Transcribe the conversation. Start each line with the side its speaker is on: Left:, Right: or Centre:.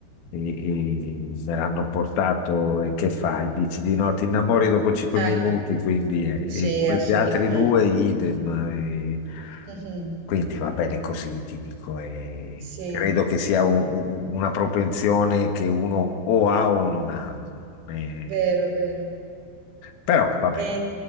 Left: e- e me l'hanno portato e che fai? Dici di no, ti innamori dopo cinque
Right: Eh,
Left: minuti, quindi eh,
Right: Sì,
Left: e questi
Right: assolutamente.
Left: altri due idem. eh,
Right: <laughs> Mh-mh.
Left: quindi va bene così, ti dico. eh,
Right: Sì,
Left: credo che sia un- un- una propensione che uno o ha o non ha. eh,
Right: vero, vero.
Left: però vabbè,
Right: E